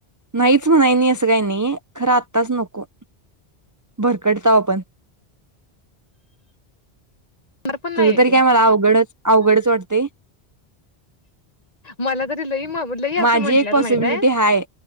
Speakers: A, on the right (about 25°); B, on the left (about 40°).
A: नाहीच म्हणा नाही असं काही नाही खरं आत्ताच नको भरकडता पण
B: णार पण नाही
A: तुझं तरी
B: ते
A: काय मला अवघडच अवघडच वाटतेय
B: मला तरी लई लई
A: माझी
B: असं म्हंटल्यात
A: एक पॉसिबिलिटी
B: माहित आहे
A: हाय